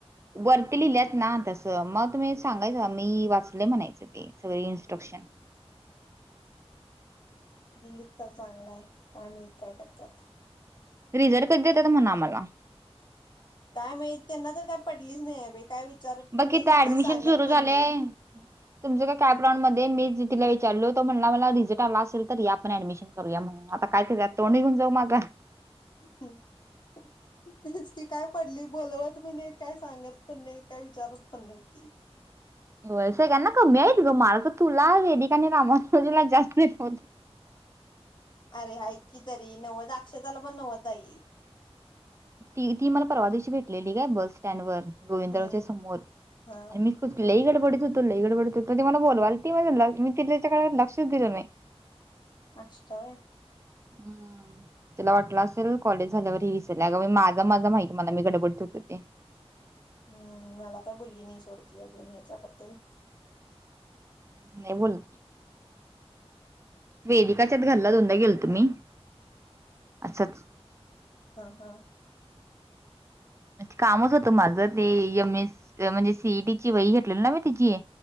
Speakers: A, on the right (about 25°); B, on the left (about 45°).
A: वरती लिहिल्यात ना मग तुम्ही सांगायचं मी वाचले म्हणायचं ते सगळे इंट्रक्शन.
B: दिलीत तर चांगलाय काय माहित काय करतात.
A: रिझल्ट कध देत म्हणआम्हाला.
B: <unintelligible> पण
A: बघ किथ
B: नाही
A: ऍडमिशन
B: काय सांगत
A: सुरू
B: पण
A: झालेय
B: नाही
A: तुमचं का काय प्र <unintelligible> मी मी जेतिला विचारल तो म्हणला मला रिझल्ट आला असेल तर या आपण ऍडमिशन करूया म्हणून आता काय तोंड घेऊन जाऊ माग.
B: हम्म तीच काय पडली बोलवत पण नाही काय सांगत पण नाही काय विचारत पण नाही की.
A: <inaudible>
B: अरे ऐक की तरी नव्वद अक्षदाला पण नवदा ईल.
A: ती ती मला परवा दिवशी भेटलेली ग बस स्टँड वर. <unintelligible>
B: हम्म हा
A: मी होतोय लई गडबडीत होतो लई बोलवा आलती मला तिथल्याच काळात मी लक्षच दिलं नाय.
B: <inaudible>
A: हम्म तुला वाटला असेल कॉलेज झाल्यावर ही विसरली असेल अग माझ माझ मला माहित मी गडबडत होतो ते.
B: हम्म मला काय बोलली नाही सोडती अजून हच्याबद्दल.
A: नाही बोल. वेदिकाच्याच घरला दोनदा गेलतो मी असंच.
B: हा. हा.
A: कामच होतं माझं ते एम एस म्हणजे सीईटी ची वही घेतलेली ना मी तिची.